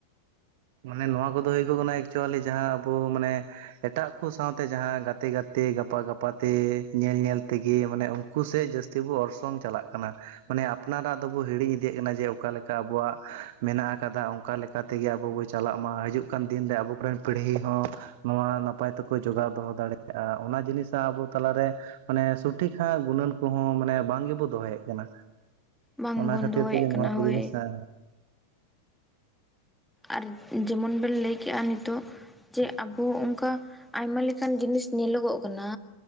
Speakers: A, on the right (about 50°); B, in the centre.
A: ᱢᱟᱱᱮ ᱱᱚᱣᱟ ᱠᱚᱫᱚ ᱦᱩᱭᱩᱜ ᱠᱟᱱᱟ ᱮᱠᱪᱩᱭᱮᱞᱤ ᱡᱟᱦᱟᱸ ᱟᱵᱚ ᱢᱟᱱᱮ ᱮᱴᱟᱜ ᱠᱚ ᱥᱟᱶᱛᱮ ᱡᱟᱦᱟᱸ ᱜᱟᱛᱮ ᱜᱟᱛᱮ ᱜᱟᱯᱟ ᱜᱟᱯᱟᱼᱼ ᱟᱯᱟᱛᱮ ᱧᱮᱞ ᱧᱮᱞ ᱛᱮᱜᱤ ᱢᱟᱱᱮ ᱩᱱᱠᱩ ᱥᱮᱡ ᱡᱟᱹᱥᱛᱤ ᱵᱚ ᱚᱨᱥᱚᱝ ᱪᱟᱞᱟᱜ ᱠᱟᱱᱟ, ᱢᱟᱱᱮ ᱟᱯᱼᱼ ᱟᱯᱱᱟᱨᱟᱜ ᱫᱚᱵᱚ ᱦᱤᱲᱤᱧ ᱤᱫᱤᱭᱮᱜ ᱠᱟᱱᱟ ᱡᱮ ᱚᱠᱟ ᱞᱮᱠᱟ ᱟᱵᱚᱣᱟᱜ ᱢᱮᱱᱟᱜ ᱟᱠᱟᱫᱟ, ᱚᱱᱠᱟ ᱛᱮᱜᱮ ᱟᱵᱚ ᱵᱚᱼᱼ ᱪᱟᱞᱟᱜ ᱢᱟ ᱦᱤᱡᱩᱜ ᱠᱟᱱ ᱫᱤᱱᱨᱮ ᱟᱵᱚ ᱠᱚᱨᱮᱱ ᱯᱤᱲᱦᱤ ᱦᱚᱸ ᱱᱚᱣᱟ ᱱᱟᱯᱟᱭ ᱛᱮᱠᱚ ᱡᱚᱜᱟᱣ ᱫᱚᱦᱚ ᱫᱟᱲᱮᱼᱼ ᱠᱟᱜᱼᱟ, ᱚᱱᱟ ᱡᱤᱱᱤᱥᱟ ᱟᱵᱚ ᱛᱟᱞᱟᱨᱮᱼᱼ ᱢᱟᱱᱮ ᱥᱩᱴᱷᱤᱠ ᱟᱸᱜ ᱜᱩᱱᱟᱹᱱ ᱠᱚᱦᱚᱸ ᱢᱟᱱᱮ ᱵᱟᱝ ᱜᱮᱵᱚ ᱫᱚᱦᱚᱭᱮᱜ ᱠᱟᱱᱟ᱾
B: ᱵᱟᱝᱵᱚᱱ
A: ᱚᱱᱟ ᱠᱷᱟᱹᱛᱤᱨ
B: ᱫᱚᱦᱚᱭᱮᱫ
A: ᱛᱮᱜᱮ ᱱᱚᱣᱟ
B: ᱠᱟᱱᱟ
A: ᱠᱚ
B: ᱦᱳᱭ
A: ᱡᱤᱱᱤᱥ ᱦᱟᱸᱜ᱾
B: ᱟᱨ ᱡᱮᱢᱚᱱ ᱵᱮᱱ ᱞᱟᱹᱭᱠᱮᱜᱼᱟ ᱱᱤᱛᱚᱜ᱾ ᱡᱮ ᱟᱵᱚ ᱚᱱᱠᱟ ᱟᱭᱢᱟ ᱞᱮᱠᱟᱱ ᱡᱤᱱᱤᱥ ᱧᱮᱞᱚᱜᱚᱜ ᱠᱟᱱᱟ᱾